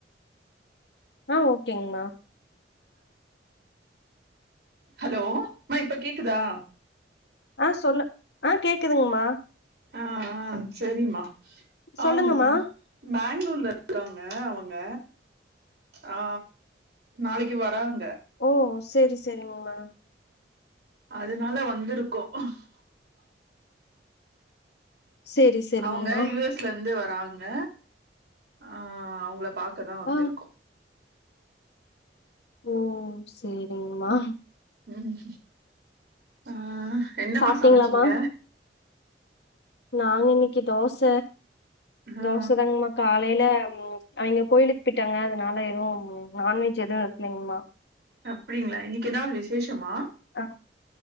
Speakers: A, on the left (about 70°); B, on the right (about 65°).
A: ஆ ஓகேங்மா
B: ஹலோ மா இப்ப கேக்குதா
A: ஆ சொல்லு ஆ கேக்குதுங்மா
B: ஆ ஆ சேரிம்மா அவுங்
A: சொல்லுங்கம்மா.
B: மேண் வெளி ஊர்ல இருக்காங்க அவுங்க ஆ நாளைக்கு வராங்
A: ஓ சேரிஸ் சேரிங்மா
B: அதனால வந்துருக்கோ <unintelligible>
A: சரி சரிங்கம்மா.
B: அவங்க யு எஸ்ல இருந்து வர் றாங்க ஆ அவங்கள பாக் க்கதா வந்துருக்கோ
A: ஆ ஓ சேரிங்மா
B: ம் ஆ ஆ என்னமா
A: சாப்ட்டீங்களாம்மா?
B: சமச்சிங்க
A: நாங்க இன்னிக்கு தோச
B: ஆ
A: தோசதாங்மா காலைல ம் அவிங்க கோயிலுக்கு போயிட்டாங்க அதனால எதுவும் நான்வெஜ் எதுவு எடுக்கலைங்மா
B: அப்டிங்களா இன்னைக்கு என்னாவது விசேஷமா
A: ஆ